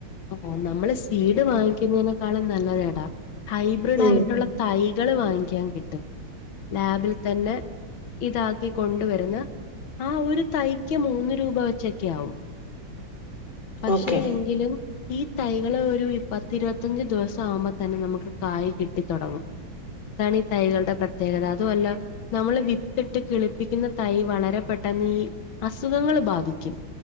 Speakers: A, on the left (about 75°); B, on the left (about 25°).
A: ഓ നമ്മള് സീഡ്
B: അങ്ങനെ
A: വാങ്ങിക്കുന്നതിനേക്കാളും നല്ലതേടാ ഹൈബ്രിഡ്
B: ഉം
A: ആയിട്ടുള്ള തൈകള് വാങ്ങിക്കാൻ കിട്ടും ലാബിൽ തന്നെ ഇതാക്കി കൊണ്ടുവരുന്ന ആഹ് ഒരു തൈക്ക് മൂന്ന് രൂപ വെച്ചൊക്കെ ആവും പക്ഷെ
B: ഓക്കെ
A: എങ്കിലും ഈ തൈകള് ഒരു പത്തിരുപത്തഞ്ച് ദിവസം ആകുമ്പോ തന്നെ നമുക്ക് കായ കിട്ടി തുടങ്ങും അതാണ് ഈ തൈകളുടെ പ്രത്യേകത അതും അല്ല നമ്മള് വിത്തിട്ട് കിളിപ്പിക്കുന്ന തൈ വളരെ പെട്ടെന്ന് ഈ അസുഖങ്ങള്ൾ ബാധിക്കും